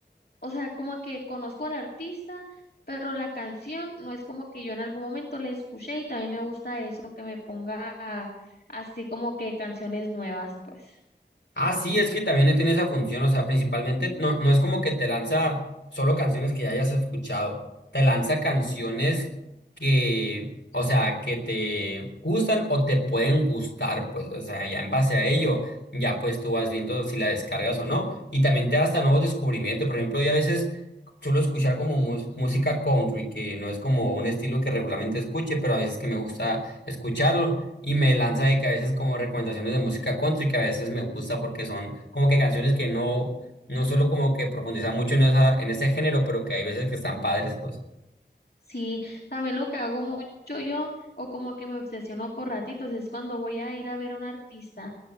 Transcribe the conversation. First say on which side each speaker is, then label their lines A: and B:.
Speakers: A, on the left; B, on the left.
A: O sea, como que conozco al artista, pero la canción no es como que yo en algún momento la escuché y también me gusta eso, que me ponga así como que canciones nuevas, pues.
B: Ah, sí, es que también tiene esa función, o sea, principalmente no, no es como que te lanza solo canciones que ya hayas escuchado, te lanza canciones que, o sea, que te gustan o te pueden gustar, pues, o sea, ya en base a ello, ya pues tú vas viendo si la descargas o no, y también te da hasta nuevos descubrimientos, por ejemplo, yo a veces suelo escuchar como mus- música country, que no es como un estilo que regularmente escuche, pero a veces que me gusta escucharlo y me lanza de que a veces como recomendaciones de música country que a veces me gusta porque son como que canciones que no, no solo como que profundizan mucho en esa, en ese género, pero que hay veces que están padres, pues.
A: Sí, también lo que hago mucho yo, o como que me obsesiono por ratitos, es cuando voy a ir a ver a un artista